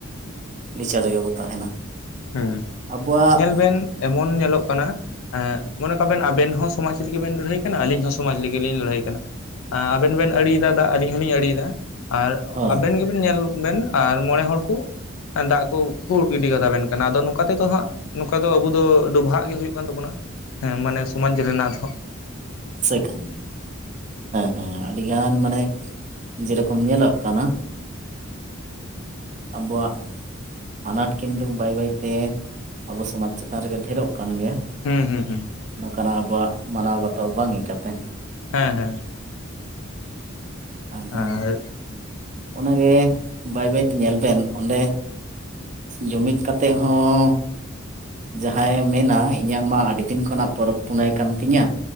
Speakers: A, on the right (about 35°); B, on the left (about 80°).
A: ᱞᱤᱪᱟᱹᱲ ᱨᱮᱜᱮ ᱠᱚ ᱛᱟᱦᱮᱱᱟ᱾
B: ᱦᱮᱸ
A: ᱟᱵᱚᱣᱟᱜ
B: ᱧᱮᱞ ᱵᱮᱱ ᱮᱢᱚᱱ ᱧᱮᱞᱚᱜ ᱠᱟᱱᱟ ᱮᱸ ᱢᱚᱱᱮ ᱠᱚᱟᱜᱵᱮᱱ ᱟᱵᱮᱱ ᱦᱚᱸ ᱥᱚᱢᱟᱡᱽ ᱞᱟᱹᱜᱤᱫ ᱵᱮᱱ ᱞᱟᱹᱲᱦᱟᱹᱭ ᱠᱟᱱᱟ ᱟᱹᱞᱤᱧ ᱦᱚᱸ ᱥᱚᱢᱟᱡᱽ ᱞᱟᱹᱜᱤᱫ ᱞᱤᱧ ᱞᱟᱹᱲᱦᱟᱹᱭ ᱠᱟᱱᱟ᱾ ᱟᱵᱮᱱ ᱵᱮᱱ ᱟᱲᱤᱭᱮᱫᱟ ᱫᱟᱜ ᱟᱞᱤᱧ ᱦᱚᱞᱤᱧ ᱟᱲᱤᱭᱮᱫᱟ᱾ ᱟᱨ
A: ᱦᱳᱭ
B: ᱟᱵᱮᱱ ᱜᱮᱵᱮᱱ ᱧᱮᱞ ᱵᱮᱱ ᱟᱨ ᱢᱚᱬᱮ ᱦᱚᱲ ᱠᱚ ᱫᱟᱜ ᱠᱚ ᱦᱩᱲ ᱜᱤᱰᱤ ᱠᱟᱛᱟᱵᱮᱱ ᱠᱟᱱᱟ ᱟᱫᱚ ᱱᱚᱝᱠᱟ ᱛᱮᱫᱚ ᱦᱟᱸᱜ ᱱᱚᱝᱠᱟ ᱫᱚ ᱟᱵᱚ ᱫᱚ ᱰᱚᱵᱷᱟᱜ ᱜᱮ ᱦᱩᱭᱩᱜ ᱠᱟᱱ ᱛᱟᱵᱳᱱᱟ ᱦᱮᱸ ᱢᱟᱱᱮ ᱥᱚᱢᱟᱡ ᱨᱮᱱᱟᱜ ᱛᱷᱚ᱾
A: ᱥᱮ ᱠᱟᱹ ᱦᱮᱸ ᱦᱮᱸ ᱟᱹᱰᱤ ᱜᱟᱱ ᱢᱟᱱᱮ ᱡᱮᱨᱚᱠᱚᱢ ᱧᱮᱞᱚᱜ ᱠᱟᱱᱟ᱾ ᱟᱵᱚ ᱣᱟᱜ ᱟᱱᱟᱴ ᱠᱤᱱᱛᱩ ᱵᱟᱹᱭ ᱵᱟᱹᱭᱛᱮ, ᱟᱵᱚ ᱥᱚᱢᱟᱡᱽ ᱪᱮᱛᱟᱱ ᱨᱮᱜᱮ ᱰᱷᱮᱨᱚᱜ ᱠᱟᱱ ᱜᱮᱭᱟ᱾
B: ᱦᱩᱸ ᱦᱩᱸ ᱦᱩᱸ,
A: ᱱᱚᱝᱠᱟᱱᱟᱜ ᱟᱵᱚᱣᱟᱜ ᱢᱟᱱᱟᱣ ᱵᱟᱛᱟᱣ ᱵᱟᱝ ᱠᱟᱛᱮ᱾
B: ᱦᱮᱸ ᱦᱮᱸ
A: ᱟᱫᱚ
B: ᱟᱨ
A: ᱚᱱᱟᱜᱮ ᱵᱟᱹᱭ ᱵᱟᱹᱭ ᱛᱮ ᱧᱮᱞ ᱵᱮᱱ ᱚᱸᱰᱮ ᱡᱩᱢᱤᱫ ᱠᱟᱛᱮᱮᱫ ᱦᱚᱸ ᱡᱟᱦᱟᱸᱭᱮ ᱢᱮᱱᱟ ᱤᱧᱟᱹᱜ ᱢᱟ ᱟᱹᱰᱤᱰ ᱫᱤᱱ ᱠᱷᱚᱱᱟᱜ ᱯᱚᱨᱚᱵᱽ ᱯᱩᱱᱟᱹᱭ ᱠᱟᱱ ᱛᱤᱧᱟᱹ᱾